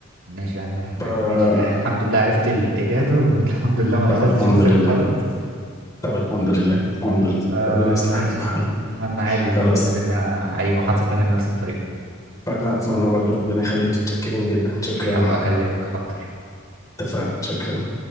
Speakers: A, on the right; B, on the left.
A: ماشي يعني <laughs> الح-
B: ف
A: ماشي يعني الحمد لله عرفت الاجابه <laughs> والحمد لله ما
B: طب
A: دخلتش
B: الحمد
A: في سكه
B: لله
A: غلط
B: طب الحمد لله الحمد لله
A: فماشي
B: ربنا يصلح حالك
A: يعني
B: وحالك
A: اتمنى عادي يكون
B: خلاص
A: بينا اي محادثه تانية بنفس الطريقه
B: وانا اتمنى برضه ربنا يخليك شاكرين جدا شكرا
A: اوكي، هبقى اكلمك حاضر
B: اتفقنا شكرا